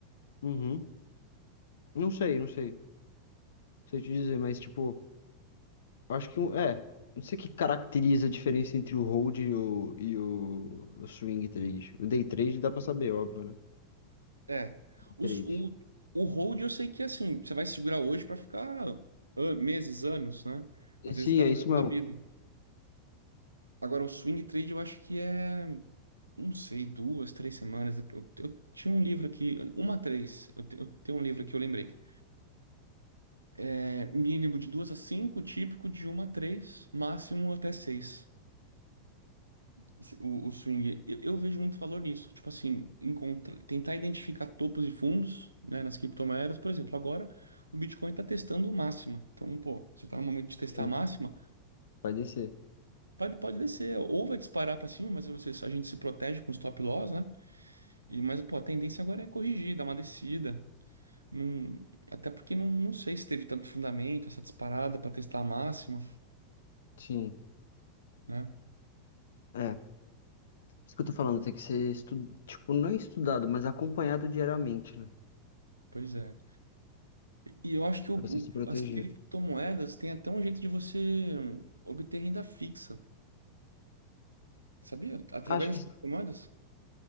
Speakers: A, on the left; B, on the right.
A: Uhum. Não sei, não sei. Não sei te dizer, mas tipo, eu acho que um- é. Não sei o que caracteriza a diferença entre o hold e o, e o, o swing trade. O day trade dá pra saber, óbvio, né?
B: É. Os-
A: Três.
B: O, o, hold eu sei que é assim. Você vai segurar hoje para ficar an- meses, anos, né? Às
A: E Sim,
B: vezes até
A: é isso
B: para
A: mesmo.
B: a vida. Agora, o swing trade eu acho que é. não sei, duas, três semanas. Eu, eu tinha um livro aqui, uma a três. Eu, te- eu tenho um livro aqui, eu lembrei. É, mínimo de duas a cinco, típico de uma a três, máximo até seis. Esse- O, o swing. Eu, eu vejo muito valor nisso. Tipo assim, encontra, tentar identificar topos e fundos, né, nas criptomoedas. Por exemplo, agora o Bitcoin está testando máxima. Então, pô, você está no momento de testar
A: Sim,
B: a máxima,
A: vai descer.
B: pode, pode descer. Ou vai disparar para cima, mas você, a gente se protege com stop loss, né? E, mas, pô, a tendência agora é corrigir, dar uma descida. Não- até porque não, não sei se teve tanto fundamento essa disparada para testar a máxima,
A: Sim.
B: né?
A: É. Isso que eu tô falando, tem que ser estu... tipo, não é estudado, mas acompanhado diariamente, né?
B: Pois é. E eu acho que o-
A: Pra você se
B: o-
A: proteger.
B: as criptomoedas têm até um jeito de você obter renda fixa, sabia? Através
A: Acho
B: das
A: que
B: criptomoedas.